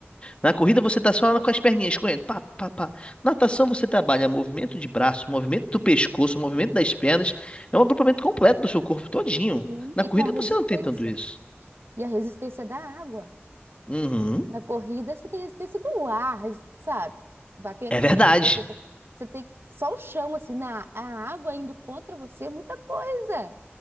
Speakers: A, on the left; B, on the right.
A: Na corrida você tá só lá com as perninhas correndo. Pá, pá, pá. Natação você trabalha movimento de braço, movimento do pescoço, movimento das pernas. É um agrupamento completo do seu corpo todinho.
B: Sim,
A: Na
B: E
A: corrida
B: com resistência.
A: você não tem tanto isso.
B: E a resistência é da água.
A: Uhum.
B: Na corrida, você tem resistência do ar, res- sabe? Batendo
A: É
B: contra
A: verdade.
B: você. Você tem você tem que- só o chão, assim, na, a água indo contra você é muita coisa,